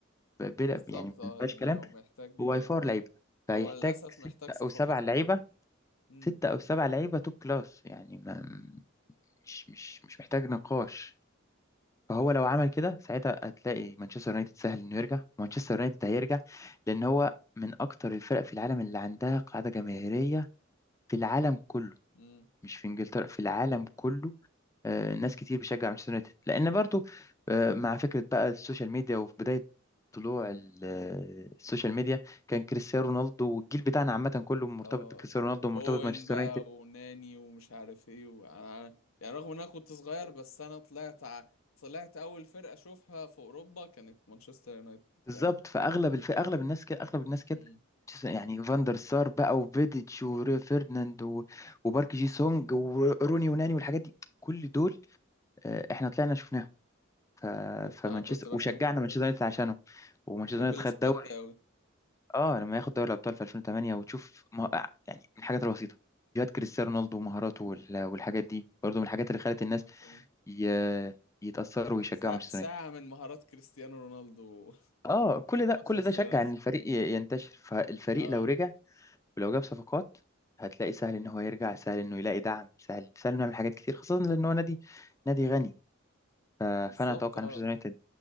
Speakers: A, on the left; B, on the left.
A: ب- بلا
B: بالظبط
A: يعني
B: اه
A: ما فيهاش
B: يعني
A: كلام
B: هو محتاج
A: هو هيفور لعيبة فهيحتاج
B: هو للأسف
A: ستة
B: محتاج صفقات
A: أو سبع لعيبة
B: كتير مم.
A: ستة أو سبع لعيبة توب كلاس يعني ما مش مش مش محتاج نقاش فهو لو
B: بس
A: عمل كده ساعتها هتلاقي مانشستر يونايتد سهل انه يرجع مانشستر يونايتد هيرجع لان هو من اكتر الفرق في العالم اللي عندها قاعده جماهيريه في العالم كله
B: مم.
A: مش في انجلترا في العالم كله آه، ناس كتير بتشجع مانشستر يونايتد لان برضو آه، مع فكره بقى السوشيال ميديا وفي بدايه طلوع ال- آه، السوشيال ميديا كان كريستيانو رونالدو والجيل بتاعنا عامه كله مرتبط
B: اه
A: بكريستيانو رونالدو ومرتبط
B: واوين
A: بمانشستر
B: بقى وناني ومش عارف ايه وانا يعني رغم ان انا كنت صغير بس انا طلعت ع... طلعت اول فرقة اشوفها في اوروبا كانت مانشستر يونايتد
A: بالظبط
B: فاهم
A: فاغلب الف... اغلب الناس كده اغلب الناس كده
B: مم.
A: يعني فاندر سار بقى وفيديتش وفيرناند و... وبارك جي سونج وروني يوناني والحاجات دي كل دول آه، احنا طلعنا شفناهم ف...
B: بالظبط
A: فمانشستر
B: انا كنت بحب
A: وشجعنا مانشستر يونايتد عشانهم ومانشستر
B: بحب
A: يونايتد
B: السكواد
A: خد دوري
B: ده قوي
A: اه لما ياخد دوري الابطال في 2008 وتشوف ما... يعني من الحاجات البسيطه فيديوهات كريستيانو رونالدو ومهاراته وال... والحاجات دي برضه من الحاجات اللي خلت الناس
B: اه فاهم
A: ي... يتأثروا ويشجعوا
B: ساعة
A: مانشستر
B: ساعة
A: يونايتد
B: من مهارات كريستيانو رونالدو <laughs>
A: اه كل
B: في
A: ده
B: مانشستر
A: كل ده شجع
B: يونايتد
A: ان الفريق ي- ينتشر فالفريق
B: اه
A: لو رجع ولو جاب صفقات هتلاقي سهل ان هو يرجع سهل انه يلاقي دعم سهل سهل انه يعمل حاجات كتير خاصة لان هو نادي نادي غني ف- فانا
B: بالظبط
A: اتوقع
B: اه
A: ان مانشستر يونايتد